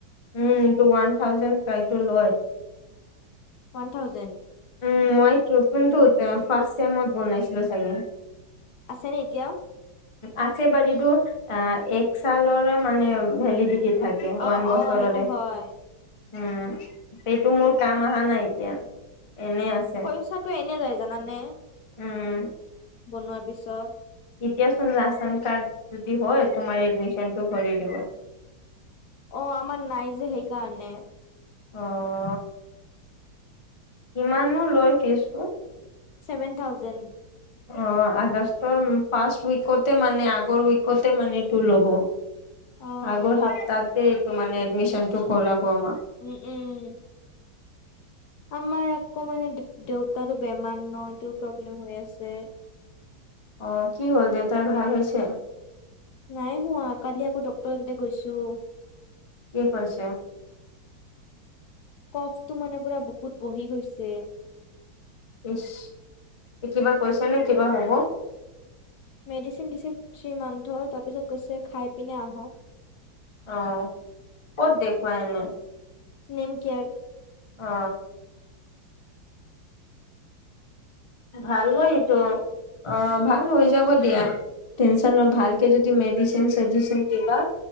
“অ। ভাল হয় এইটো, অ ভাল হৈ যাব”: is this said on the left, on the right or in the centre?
Left